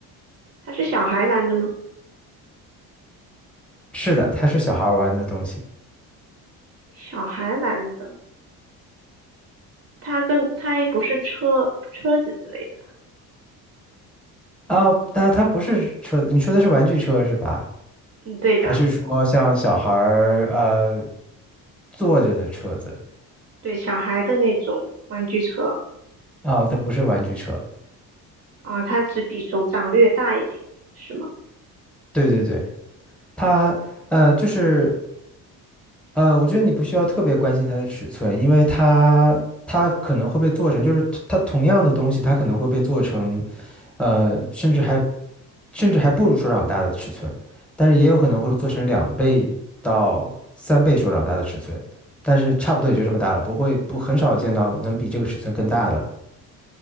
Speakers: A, on the right; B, in the centre.
A: 它是小孩玩的吗？
B: 是的，它是小孩儿玩的东西
A: 小孩玩的，它跟它不是车车子之类的吧？
B: 啊，但它不是车，你说的是玩具车是吧？
A: 嗯，对的，
B: 还是说像小孩儿呃坐着的车子？
A: 对，小孩的那种玩具车。
B: 哦，它不是玩具车。
A: 啊，它只比手掌略大一点，是吗？
B: 对对对，它呃，就是呃，我觉得你不需要特别关心它的尺寸，因为它它可能会被做成，就是它同样的东西，它可能会被做成呃，甚至还甚至还不如手掌大的尺寸，但是也有可能会做成两倍到三倍手掌大的尺寸，但是差不多也就这么大了，不会不很少见到能比这个尺寸更大的了，